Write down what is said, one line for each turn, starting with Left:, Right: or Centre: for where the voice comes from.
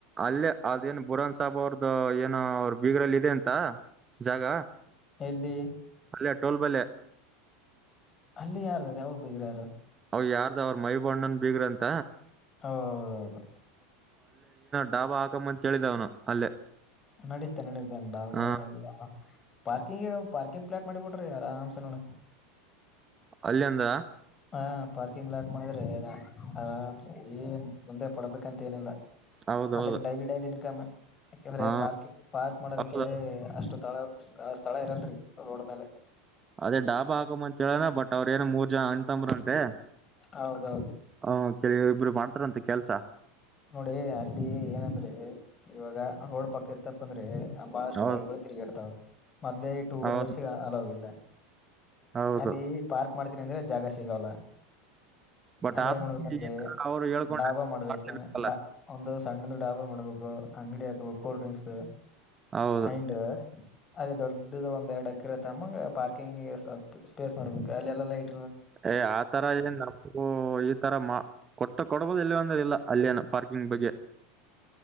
Right: ಅಲ್ಲೇ ಅದೇನ್ ಬುರಂದ್ ಸಾಬ್ ಅವ್ರ್ದ. ದು ಏನು ಅವರು ಬೀಗ್ರಲ್ಲಿ ಇದೆ ಅಂತ. ತಾ ಜಾಗ
Left: ಎಲ್ಲಿ.
Right: ಅಲ್ಲೆ ಟೋಲ್ ಬಲ್ಲಿ.
Left: ಅಲ್ಲಿ ಯಾರ್ದದ ಅವರು ಬಿಗ್ರಾರು.
Right: ಯಾರ್ದ ಅವ್ರ ಮೈಬಣ್ಣನ್ ಬೀಗ್ರಂತ.
Left: ಹೌದೌದು.
Right: ಡಾಬ ಹಾಕಂಬಂತ ಹೇಳಿದ್ದವನು ಅಲ್ಲೇ.
Left: ನಡೀತೆ ನಡೀತೆ ಅಂಡ ಡಾಬ
Right: ಹ
Left: ಎಲ್ಲ. ಪಾರ್ಕಿಂಗ್ ಪಾರ್ಕಿಂಗ್ ಪ್ಲಾಟ್ ಮಾಡಿಬಿಡ್ರಿ ಆರಾಮ್ಸ ನೋಡ.
Right: ಅಲ್ಲಿಂದ.
Left: ಹಾ ಪಾರ್ಕಿಂಗ್ ಲಾಟ್ ಮಾಡಿದ್ರೆ ಆರಾಮ್ಸ ಏನ್ ತೊಂದರೆ ಪಡ್ಬೇಕಂತ ಏನಿಲ್ಲ.
Right: ಹೌದೌದು
Left: ಅದಕ್ಕೆ ಡೈಲಿ ಡೈಲಿ ಇನ್ಕಮ್ ಯಾಕಂದ್ರೆ
Right: ಹಾ
Left: ಪಾರ್ಕ್ ಪಾರ್ಕ್ ಮಾಡೋದಕ್ಕೆ
Right: ಹೌದ
Left: ಅಷ್ಟು ತೊಗಳಲ್ಲ. ಸ್ಥಳ ಇರಲ್ರರಿ ರೋಡ್ ಮೇಲೆ.
Right: ಅದೇ ಡಾಬಾ ಹಾಕಮಂತ. ಕೇಳೋಣ ಬಟ್ ಅವರು ಏನ ಮೂರ್ ಜನ ಅಣ್ ತಮ್ಮರಂತೆ
Left: ಹೌದೌದು
Right: ಹೌದ್. ಕೆಲವ ಇಬ್ರು ಮಾಡ್ತಾರಂತ ಕೆಲ್ಸ.
Left: ನೋಡಿ ಅಲ್ಲಿ ಏನಂದ್ರೆ ಇವಾಗ ಅವ್ರ್. ಪಕ್ಕ ಇತ್ತಪ್ಪ ಅಂದ್ರೆ ಬಹಳಷ್ಟು
Right: ಹೌದು
Left: ಗಾಡಿಗಳು ತಿರ್ಗಿಡ್ತಾವ. ಮದಲೇ ಈ ಟೂ ವೀಲೇರ್ಸ್
Right: ಹೌದು
Left: ಅಲೌ ಇಲ್ಲ.
Right: ಹೌದು
Left: ಅಲ್ಲಿ ಪಾರ್ಕ್. ಮಡ್ತೀನಿ ಅಂದ್ರೆ ಜಾಗ ಸಿಗಲ್ಲ.
Right: ಬಟ್
Left: ಅಲ್ಲಿ
Right: ಆದ
Left: ಏನ್ ಮಾಡ್ಬೇಕಂದ್ರೆ
Right: ಅವ್ರು ಹೇಳ್ಕೊಂಡ್ರೆ
Left: ಡಾಬಾ ಮಾಡ್ಬೇಕು.
Right: ಮಾಡ್ಲೇಬೇಕಲ್ಲ
Left: ಡ ಒಂದು ಸಣ್ಣದು ಡಾಬಾ ಮಾಡ್ಬೇಕು. ಅಂಗಡಿ ಹಾಕಬೇಕ ಕೂಲ್ ಡ್ರಿಂಕ್ಸ್ ದ.
Right: ಹೌದು
Left: ಅಂಡ್. ಅಲ್ಲಿ ದೊಡ್ಡದ ಒಂದ ಎರಡ್ ಎಕ್ರೆ ತಮ್ಮಗೆ ಪಾರ್ಕಿಂಗ್ ಸಪ್ ಸ್ಪೇಸ್ ಮಾಡ್ಬೇಕು ಅಲ್ಲೆಲ್ಲ ಲೈಟ್.
Right: ಏ ಆತರ ಏನ್ ನಮಗೂ ಈ ತರ ಮಾ ಕೊಟ್ಟ ಕೊಡ್ಬೋದು ಇಲ್ಲಿ ಅಂದ್ರ ಇಲ್ಲ ಅಲ್ಲೆನು. ಪಾರ್ಕಿಂಗ್ ಬಗ್ಗೆ.